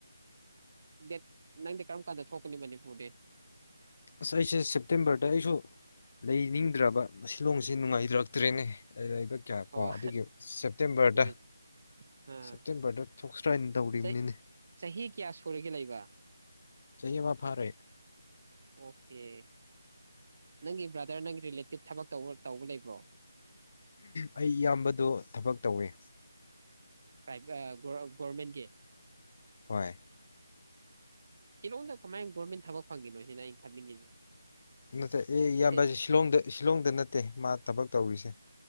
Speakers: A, on the right (about 30°); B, on the left (about 25°).
A: ꯗ ꯅꯪꯗꯤ ꯀꯔꯝ ꯀꯥꯟꯗ ꯊꯣꯛꯀꯅꯤ ꯃꯅꯤꯄꯨꯔꯗꯤ
B: ꯑꯁ ꯑꯩꯁꯦ ꯁꯦꯞꯇꯦꯝꯕꯔꯗ ꯑꯩꯁꯨ ꯂꯩꯅꯤꯡꯗ꯭ꯔꯕ ꯁꯤꯂꯣꯡꯁꯦ ꯅꯨꯡꯉꯥꯏꯖꯔꯛꯇ꯭ꯔꯦꯅꯦ ꯂꯩꯕ ꯀꯌꯥ ꯀꯣ
A: ꯑꯣ
B: ꯑꯗꯨꯒꯤ ꯁꯦꯞꯇꯦꯝꯕꯔꯗ
A: ꯅꯨꯃꯤꯠ ꯑꯥ
B: ꯁꯦꯞꯇꯦꯝꯕꯔꯗ ꯊꯣꯛꯁ꯭ꯔꯅ ꯇꯧꯔꯤꯕꯅꯤꯅꯦ
A: ꯆꯩ ꯆꯍꯤ ꯀꯌꯥ ꯁꯨꯔꯒꯦ ꯂꯩꯕ
B: ꯆꯌꯦ ꯋꯥꯄꯥꯔꯦ
A: ꯑꯣꯀꯦ ꯅꯪꯒꯤ ꯕ꯭ꯔꯥꯗꯔ ꯅꯪꯒꯤ ꯔꯤꯂꯦꯇꯤꯞ ꯊꯕꯛ ꯇ ꯇꯧꯕ ꯂꯩꯕ꯭ꯔꯣ
B: ꯑꯩ ꯏꯌꯥꯝꯕꯗ ꯊꯕꯛ ꯇꯧꯋꯤ
A: ꯥꯏꯚ ꯣꯔꯃꯦꯟ ꯀ
B: ꯍꯣꯏ
A: ꯁꯤꯂꯣꯡꯗ ꯀꯃꯥꯏꯅ ꯒꯣꯔꯃꯦꯟ ꯊꯕꯛ ꯐꯪꯈꯤꯅꯣ ꯁꯤꯅ ꯑꯩꯅ ꯈꯟꯅꯤꯡꯉꯤꯁꯦ
B: ꯅꯠꯇ ꯑꯦ
A: ꯁꯦꯠ
B: ꯏꯌꯥꯝꯕꯁꯦ ꯁꯤꯂꯣꯡꯗ ꯁꯤꯂꯣꯡꯗ ꯅꯠꯇꯦ ꯃꯥ ꯊꯕꯛ ꯇꯧꯔꯤꯁꯦ